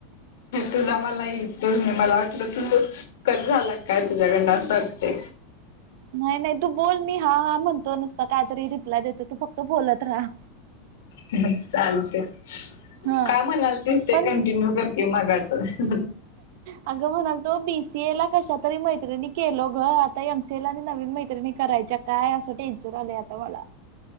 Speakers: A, on the left; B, on the right.
A: तूझा मला येतो. मला वाटलं तु कट झाला काय, तुझ्याकडंन? अस वाटतय.
B: नाही, नाही. तू बोल. मी हा, हा म्हणतो नुसतं. काय तरी रिप्लाय देतो. तू फक्त बोलत राहा.
A: हं, चालतय.
B: हा
A: काय म्हणालतीस ते
B: पण
A: कंटिन्यू कर की मगाचं
B: अगं म्हणाल तो बीसी ए ला कश तरी मैत्रिणी केलो ग आता एमसीएल आणि नवीन मैत्रिणी करायच्या काय असं टेन्शन आलंय आता मला